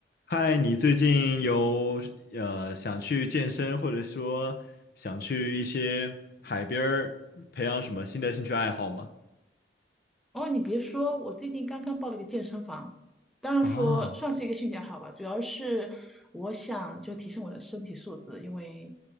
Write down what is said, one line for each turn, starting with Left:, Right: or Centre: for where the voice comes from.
Left: 嗨，你最近有呃想去健身，或者说想去一些海边儿培养什么新的兴趣爱好吗？
Centre: 哦，你别说，我最近刚刚报了个健身房，当然说算是一个兴趣爱好吧，
Left: 啊，
Centre: 主要是我想就提升我的身体素质，因为